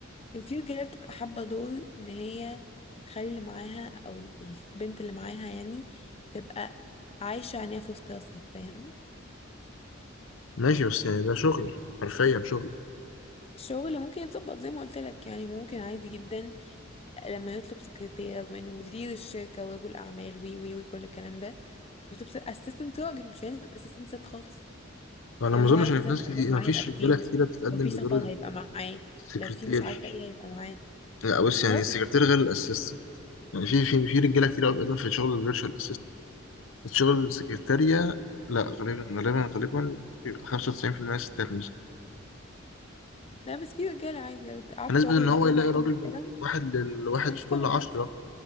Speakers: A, on the left (about 30°); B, on the left (about 70°).
A: كان في رجالة بتبقى حابة دور إن هي تخلي اللي معاها أو ال- البنت اللي معاها يعني تبقى عايشة عينيها في وسط راسها فاهم
B: ماشي بس يعني ده شغل حرفيا شغل
A: الشغل ممكن يتظبط زي ما قلت لك يعني ممكن عادي جدا لما يطلب سكرتيرة من مدير الشركة ورجل أعمال وي وي وكل الكلام ده يطلب اسيستنت راجل مش هيلزم اسيستنت ست خالص
B: فأنا
A: لأن
B: ما
A: هو
B: أظنش
A: عارف
B: إن
A: مثلا
B: في ناس
A: التعاون
B: كتير
A: معاه
B: ما فيش
A: هيبقى كتير
B: رجالة كتيرة بتتقدم
A: لو في
B: بدور
A: سفر هيبقى معاه
B: السكرتير
A: لو في مش عارفة ايه هيبقى معاه
B: لا بص يعني
A: راجل
B: السكرتير غير الأسيستنت يعني في في في رجالة كتير قوي بتقدم في شغل الفيرتشوال الشغل السكرتارية لا غالبا غالبا غالبا بيبقى 95% ستات مثلا
A: لا بس في رجالة عادي لو قعدت
B: فنسبة
A: راجل
B: إن
A: وجبت
B: هو
A: له
B: يلاقي
A: مرتب
B: راجل
A: محترم
B: من واحد لواحد
A: هيشتغل
B: في كل عشرة
A: عادي